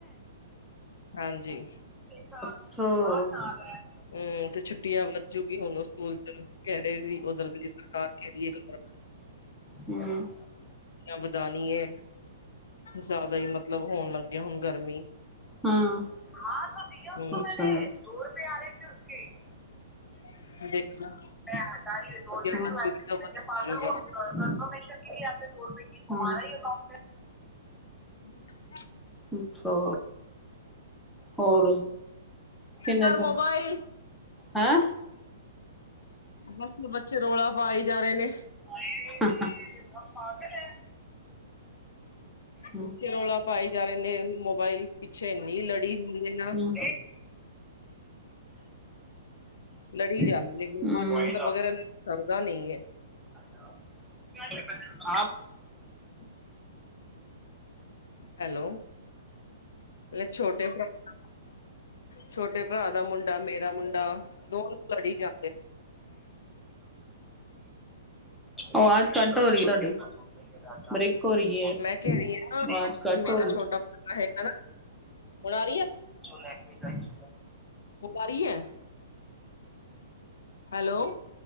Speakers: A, on the left (about 75°); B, in the centre.
A: ਹਾਂਜੀ
B: ਅੱਛਾ
A: ਹਮ ਤੇ ਛੁੱਟੀਆਂ ਵੱਧ ਜੂਗੀ ਹੁਣ ਉਹ ਸਕੂਲ ਚ ਕਹਿ ਰਹੇ ਸੀ ਉਧਰ ਦੀ ਸਰਕਾਰ ਕ ਰ ਹੈ ਗ
B: ਹਮ
A: ਵਧਾਨੀ ਹੈ ਜ਼ਿਆਦਾ ਹੀ ਮਤਲਬ ਹੋਣ ਲੱਗਿਆ ਹੁਣ ਗਰਮੀ
B: <unintelligible>
A: ਹਮ <unintelligible>
B: <unintelligible>
A: ਬੱਚੋ ਤਾਂ ਹੋਜੂਗਾ <unintelligible>
B: ਅੱਛਾ ਹੋਰ ਕਿੰਨੇ
A: ਕਰ
B: ਦਿਨ
A: ਮੋਬਾਈਲ
B: ਹੈਂ
A: ਬਸ ਬੱਚੇ ਰੌਲਾ ਪਾਈ ਜਾ ਰਹੇ ਨੇ
B: <unintelligible> ਹੂੰ
A: ਬੱਚੇ ਰੌਲਾ ਪਾਏ ਜਾ ਰਹੇ ਨੇ ਮੋਬਾਇਲ ਪਿੱਛੇ ਇਨੀ ਲੜੀ ਹੁੰਦੀ ਹੈ ਨਾ
B: ਹੂੰ
A: ਲੜੀ ਜਾਣਗੇ
B: ਹੂੰ।
A: ਏਕ ਵਗੈਰਾ ਸਕਦਾ ਨਹੀਂ ਹੈ
B: <unintelligible>
A: ਹ ਹੈਲੋ ਛੋਟੇ <unintelligible> ਛੋਟੇ ਭਰਾ ਦਾ ਮੁੰਡਾ ਮੇਰਾ ਮੁੰਡਾ ਦੋਨ ਲੜੀ ਜਾ
B: ਆਵਾਜ਼ ਕਟ ਹੋ ਰਹੀ ਤੁਹਾਡੀ ਬਰੇਕ ਆਵਾਜ਼
A: ਮੈਂ ਕਹਿ ਰਹੀ ਹਾਂ ਕਿ
B: ਘੱਟ
A: ਮੇਰਾ
B: ਹੋ ਰਹੀ
A: ਛੋਟਾ ਹੈਗਾ ਨਾ ਹੁਣ ਆ
B: ਲੈਂਗੁਏਜ ਦਾ ਇੱਸੁ ਹੋਣਾ ਸੀ
A: ਘਰ ਹੀ ਹੈ ਹੈਲੋ